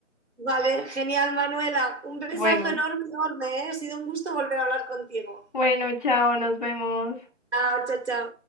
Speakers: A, on the right (about 60°); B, on the left (about 25°).
A: Vale, genial, Manuela. Un besazo
B: Bueno,
A: enorme, enorme, ¿eh? Ha sido un gusto volver a hablar contigo.
B: bueno, chao, nos vemos.
A: Chao, chao, chao.